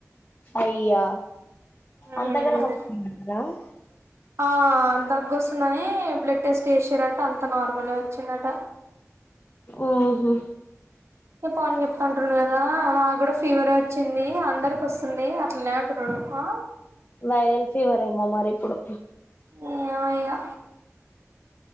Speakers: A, on the left; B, on the right.
A: అయ్యా
B: ఉమ్
A: అంతగానం <unintelligible>
B: ఆ దగ్గు వస్తుందని బ్లడ్ టెస్ట్ చేశిరంట అంత నార్మల్ వచ్చిందట
A: ఓహో
B: <unintelligible> చెప్తుంటుడు కదా నా కూడా ఫీవర్ వచ్చింది. అందరికి వస్తుంది. తులన్ <unintelligible> డుం ఆ
A: వైరల్ ఫీవర్ ఏమో మరి ఇప్పుడు
B: ఏమో ఇగా